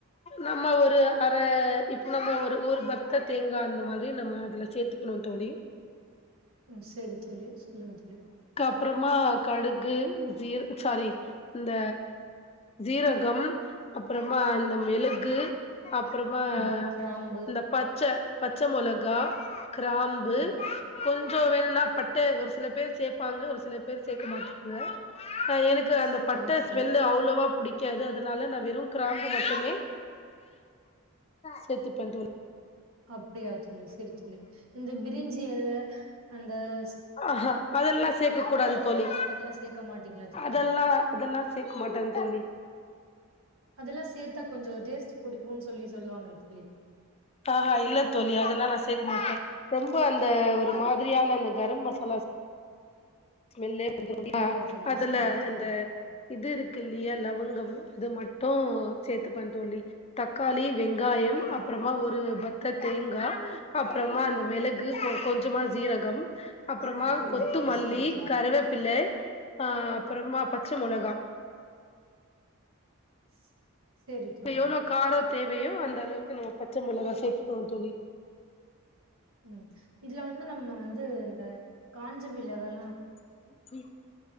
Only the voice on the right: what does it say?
ம் சேரி தோழி சொல்லுங்க தோழி
ம் கிராம்பு
ஆ
சேரி
தோழி
அப்டியா தோழி சேரி தோழி இந்த பிரிஞ்சி எல அந்த ஷ்
ஆனீஸ் அதெல்லா சேக்க மாட்டீங்களா தோழி
அதெல்லா சேத்தா கொஞ்ச டேஸ்ட் குடுக்கும்ன் சொல்லி சொல்லுவாங்கல தோழி
அப்டியா
தோழி
சரி தோழி
அப்டியா
தோழி சரி தோழி
ஸ் சரி தோழி
உம் இதுல வந்து நம்ம வந்து இந்த காஞ்சமிளகால்லா